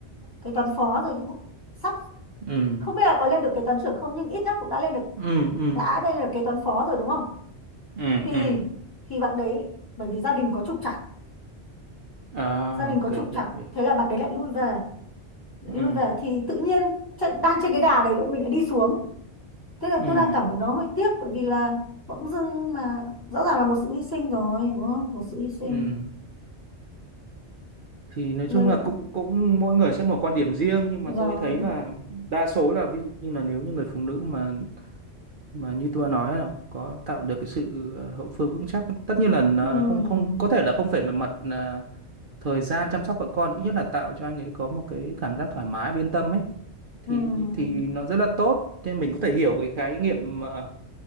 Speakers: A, on the left; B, on the right.
A: kế toán phó rồi nhưng cũng sắp
B: ừ
A: không biết là có lên được kế toán trưởng không nhưng ít nhất cũng đã lên được
B: ừ ừ
A: đã lên được kế toán phó rồi đúng không
B: ừ
A: thì
B: ừ
A: thì bạn đấy bởi vì gia đình có trục trặc
B: à
A: gia đình
B: ok
A: có trục trặc
B: hiểu hiểu
A: thế là bạn đấy lại lui về lại
B: ừ
A: lui về thì tự nhiên trận đang trên cái đà đấy mình lại đi xuống thế là
B: ừ
A: tôi đang
B: ừ
A: cảm thấy nó hơi tiếc bởi vì là bỗng dưng mà rõ ràng là một sự hy sinh rồi đúng không một sự hy sinh
B: ừ. thì nói
A: Nên-
B: chung là cũng cũng mỗi người sẽ một quan điểm riêng nhưng
A: rồi
B: mà tôi thấy là đa số là ví dụ như là nếu như người phụ nữ mà mà như tôi đã nói là có tạo được cái sự ờ, hậu phương vững chắc tất nhiên là nó
A: Ừm,
B: nó không không có thể là không phải về mặt là thời gian chăm sóc vợ con ít nhất là tạo cho anh ấy có một cái cảm giác thoải mái và yên tâm ấy thì
A: ừm.
B: thì nó rất là tốt nên mình có thể hiểu cái khái niệm ờ,